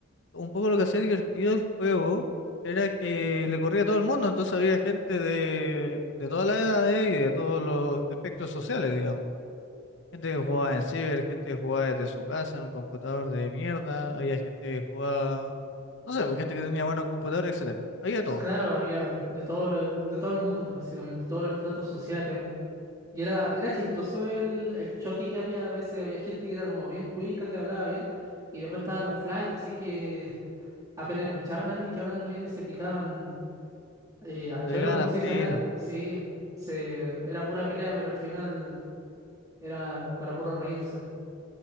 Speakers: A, on the left; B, on the right.
A: un poco lo que hacía divertido el juego era que le corría a todo el mundo, entonces había gente de, de todas las edades y de todos los espectros sociales, digamos. Gente que jugaba en ciber, gente que jugaba desde su casa en un computador de mierda, había gente que jugaba, no sé, pues gente que tenía buenos computadores, etcétera. Había todo.
B: Claro, había de todo lo- de todo el mundo, básicamente, todos los estratos sociales. Y era, era chistoso el, el choque que había. A veces había gente que era como bien cuica, que hablaba bien. Y después estaban los flights, así que apenas escuchaban a alguien que hablando bien y se picaban eh, a
A: Se
B: choro,
A: pegaban
B: como
A: al
B: se
A: tiro,
B: dice acá. Sí, se, era pura pelea, pero al final era para puro reírse.